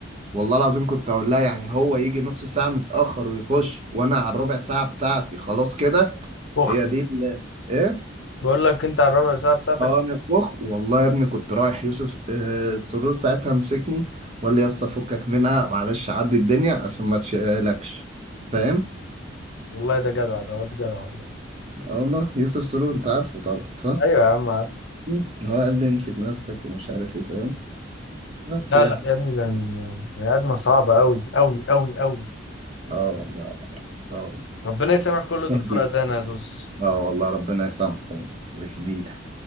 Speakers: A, on the right; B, on the left.
A: والله العظيم كنت اقول لها يعني هو يجي نص ساعة متأخر ويخش وانا على الربع ساعة بتاعتي خلاص كده
B: فخر
A: هي دي ال- ايه
B: بقول لك انت على الربع ساعه بتاعتك
A: اه انا فخ والله يا ابني كنت رايح يوسف آه سرور ساعتها مسكني وقال لي يا اسطى فكك منها معلش عدي الدنيا عشان ما تشيلكش فاهم
B: والله ده جدع ده واد جدع والله
A: اه والله يوسف سرور انت عارفه طبعا صح
B: ايوه يا عم عارف
A: مم. هو قال لي امسك نفسك ومش عارف ايه فاهم بس
B: لا
A: يعني
B: لا يا ابني ده من- بني ادمه صعبه قوي قوي قوي قوي
A: اه والله اه والله.
B: ربنا يسامح كل دكتور
A: يهديه
B: اذانه يا زوز
A: اه والله ربنا يسامحه ويهديه